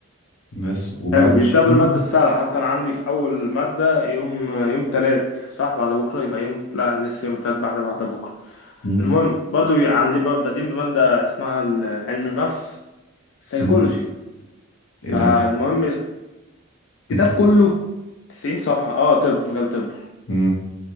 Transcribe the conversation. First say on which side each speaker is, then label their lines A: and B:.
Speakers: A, on the left; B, on the left.
A: بس وبعد
B: حلو
A: الشغل
B: بيبدأ بالمادة السهلة حتى انا عندي في اول مادة يوم يوم تلات صح بعد بكرة يبقى يوم لا لسه يوم تلات بعد بعد بكرة
A: مم.
B: المهم برضو بيبقى عندي ب- بادئين بمادة اسمها ال- علم النفس سيكولوجي
A: مم. ايه
B: فالمهم
A: ده انت
B: الكتاب كله 90 صفحة اه طب مجال طب
A: مم.